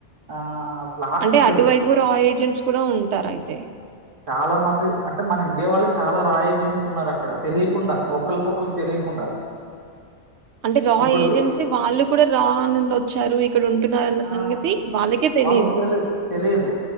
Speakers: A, on the right; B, on the right.
A: ఆ లాస్ట్
B: అంటే
A: కి
B: అటువైపు
A: తెలుస్తది
B: రా ఏజెంట్స్ కూడా ఉంటారు అయితే
A: చాలా మంది అంటే మన ఇండియా వాళ్ళే చాలా రా ఏజెంట్స్ ఉన్నారు అక్కడ తెలియకుండా ఒకళోకలికి తెలియకుండా
B: అంటే రా
A: ఇప్పుడు
B: ఏజెన్సీ వాళ్ళు కూడా రా నుండి వచ్చారు ఇక్కడ ఉంటున్నారున్న సంగతి
A: ఆ
B: వాళ్ళకే తెలీదు
A: వాళ్ళకి తెలి తెలీదు